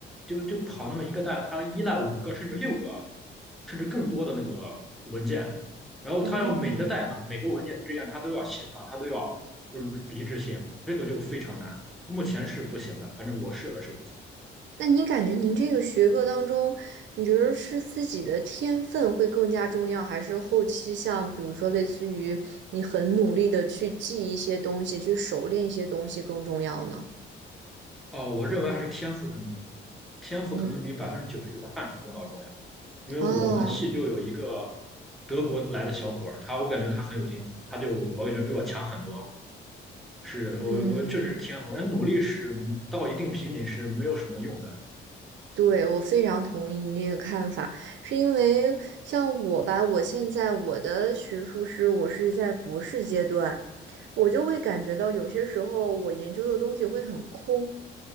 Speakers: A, in the centre; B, on the right.
A: 就就跑那么一个大概，它依赖五个甚至六个甚至更多的那个文件，然后它要每个代码每个文件之间它都要协调，
B: 哦，
A: 它都要就是一致性，这个就非常难，目前是不行的，反正我试了是不行。
B: 那您感觉您这个学科当中，你觉得是自己的天分会更加重要，还是后期像比如说类似于你很努力的去记一些东西，去熟练一些东西更重要呢？
A: 哦，我认为还是天赋更重要，天赋可能比百分之九十九的汗水更要重要，
B: 嗯
A: 因为我们系就有一个
B: 哦，
A: 德国来的小伙儿，他我感觉他很有天赋，他就我感觉比我强很多。是我我确实赋。
B: 嗯，
A: 人努力是到一定瓶颈是没有什么用的。
B: 对，我非常同意您这个看法，是因为像我吧，我现在我的学术是我是在博士阶段，我就会感觉到有些时候我研究的东西会很空，